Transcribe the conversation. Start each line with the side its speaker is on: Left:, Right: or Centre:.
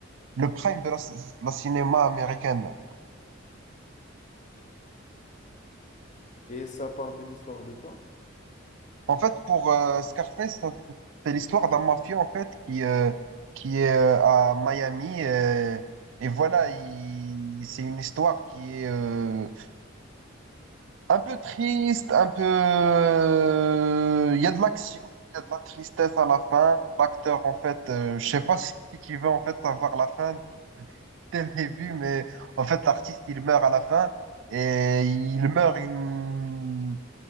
Right: le prime de la, ci- la cinéma américaine.
Left: Et ça parle de l'histoire de quoi?
Right: En fait, pour euh, Scarface, ça- c'est l'histoire d'un mafieux en fait qui euh, qui est euh, à Miami euh, et voilà, il- c'est une histoire qui est euh, un peu triste, un peu euh, il y a de l'action, il y a de la tristesse à la fin. L'acteur en fait, euh, je sais pas si tu veux en fait savoir la fin dès le début, mais en fait l'artiste il meurt à la fin et il meurt une